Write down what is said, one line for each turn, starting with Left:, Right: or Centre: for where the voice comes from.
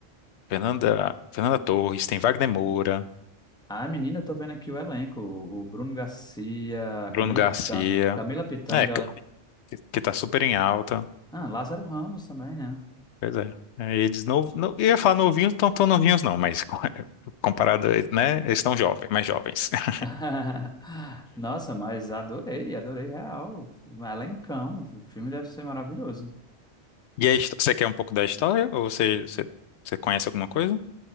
Left: Fernanda, Fernanda Torres, tem Wagner Moura,
Centre: ah, menina, eu tô vendo aqui o elenco. O o Bruno Garcia, a
Left: Bruno
Centre: Camila
Left: Garcia,
Centre: Pitanga, Camila Pitanga,
Left: é, que, que tá super em alta.
Centre: ah, Lázaro Ramos também, né?
Left: Pois é. É, Eles não, não, eu ia falar novinhos, não tão novinhos não, mas co- <laughs> comparado, a eles, né, eles estão jovens, mais jovens. <laughs>
Centre: <laughs> Nossa, mas adorei, adorei real. Elencão, o filme deve ser maravilhoso.
Left: E aí, você quer um pouco da história? Ou você, você, você conhece alguma coisa?